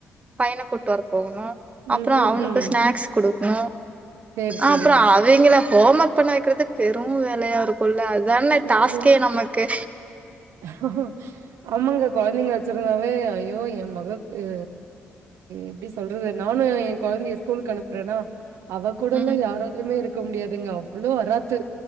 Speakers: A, on the right; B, on the right.
A: பையன கூட்டு வர போணு அப்றோ
B: ம், ம்,
A: அவுனுக்கு
B: ம்.
A: ஸ்நாக்ஸ் குடுக் குணு
B: சரி, சரிங்க.
A: அப்றோ அவுய்ங்கள ஹோம் ஒர்க் பண்ண வக்கறது பெரு வேலயா இருக்கும்ல அது அதான
B: ம்,
A: டாஸ்க்கே நமக்கு
B: ம். ஆமாங்க கொழந்தங்க வச்சிருந்தாவே ஐயோ எ மகக்கு எ எப்டி சொல்றது நானு என் கொழந்தைய ஸ்கூலுக்கு அனுப்புறேன்னா அவ கூட எல்லா
A: ம்
B: யாராலயுமே இருக்க முடியாதுங்க அவ்ளோ அராத்து